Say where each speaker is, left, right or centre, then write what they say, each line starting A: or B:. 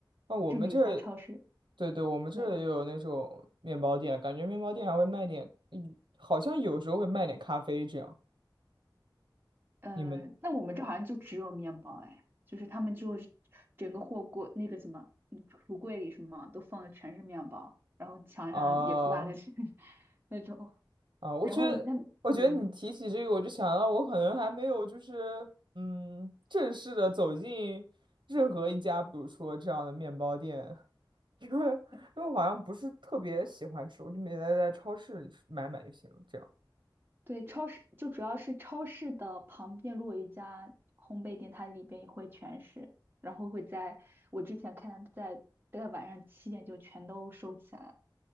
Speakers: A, on the right; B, on the right.
A: 哦，我们这
B: 就每家超市。
A: 对对，我们这也有那种面包店，
B: 对。
A: 感觉面包店还会卖点，嗯，好像有时候会卖点咖啡这样。
B: 呃，
A: 你们
B: 那我们这好像就只有面包哎，就是他们就是整个货柜那个什么嗯橱柜里什么都放的全是面包，然后墙上也挂的是
A: 啊
B: <laughs> 那种，
A: 啊，我觉得，
B: 然后那嗯
A: 我觉得你提起这个，我就想到我可能还没有就是，嗯，正式的走进任何一家，比如说这样的面包店，<laughs> 因为因为我好像不是特别喜欢吃，
B: 对
A: 我就每天在超市里吃买买就行了，这样。
B: 对，超市就主要是超市的旁边如果有一家烘焙店，它里边也会全是，然后会在我之前看在在晚上七点就全都收起来了